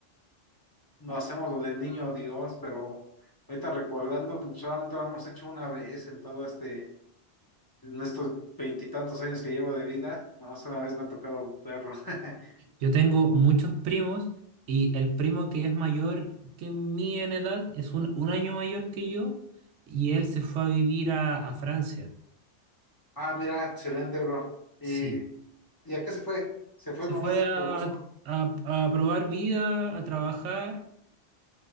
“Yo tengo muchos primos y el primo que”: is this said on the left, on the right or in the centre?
Right